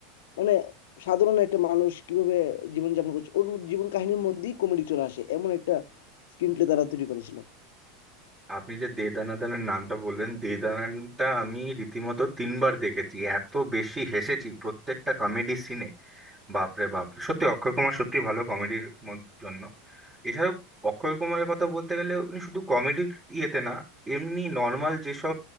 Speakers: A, on the left; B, on the right.
A: মানে সাধারণ একটা মানুষ কিভাবে জীবনযাপন করছে ওর জীবন কাহিনীর মধ্যেই কমেডি চলে আসে এমন একটা স্ক্রিন প্লে তারা তৈরি করেছিল
B: আপনি যে দে দানাদানের নামটা বললেন দে দানাটা আমি রীতিমতো তিনবার দেখেছি এত বেশি হেসেছি প্রত্যেকটা কমেডি সিনে বাপরে বাপ সত্যি অক্ষয় কুমার সত্যি ভালো কমেডির জন্য এছাড়াও অক্ষয় কুমারের কথা বলতে গেলে উনি শুধু কমেডির ইয়েতে না এমনি নর্মাল যেসব